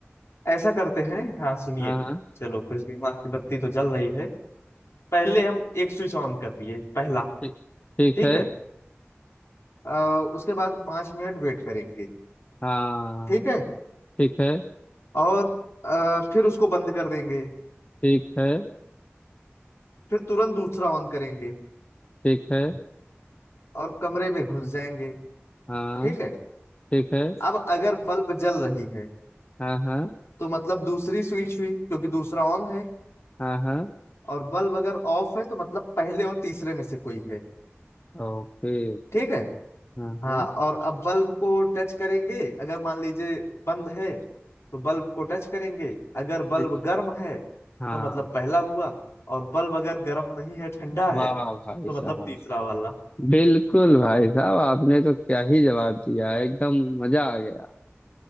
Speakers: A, on the left (about 75°); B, on the left (about 30°).
A: ऐसा करते हैं हाँ सुनिए
B: हाँ हाँ
A: चलो कुछ दिमाग की बत्ती तो जल रही है पहले हम एक स्विच ऑन कर दिए पहला
B: ठीक ठीक
A: ठीक
B: है
A: है अ, उसके बाद पांच मिनट वेट करेंगे
B: हाँ
A: ठीक है
B: ठीक है
A: और अ, फिर उसको बंद कर देंगे
B: ठीक है
A: फिर तुरंत दूसरा ऑन करेंगे
B: ठीक है
A: और कमरे में घुस जाएंगे
B: हाँ
A: ठीक है
B: ठीक है
A: अब अगर बल्ब जल रही है
B: हाँ हाँ
A: तो मतलब दूसरी स्विच हुई क्योंकि दूसरा ऑन है
B: हाँ हाँ
A: और बल्ब अगर ऑफ है तो मतलब पहले और तीसरे में से कोई है
B: ओके
A: ठीक है
B: हाँ
A: हाँ
B: हाँ
A: और अब बल्ब को टच करेंगे अगर मान लीजिए बंद है तो बल्ब को टच करेंगे अगर बल्ब
B: ठीक-
A: गर्म है
B: हाँ
A: तो मतलब पहला हुआ और बल्ब अगर गर्म नहीं है ठंडा
B: वाह
A: है तो
B: भाई
A: मतलब
B: साहब
A: तीसरा वाला
B: बिल्कुल भाई साहब आपने तो क्या ही जवाब दिया है एकदम मजा आ गया